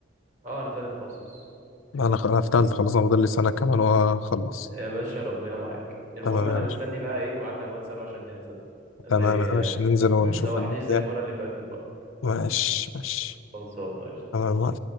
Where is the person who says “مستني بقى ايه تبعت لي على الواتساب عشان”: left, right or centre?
Right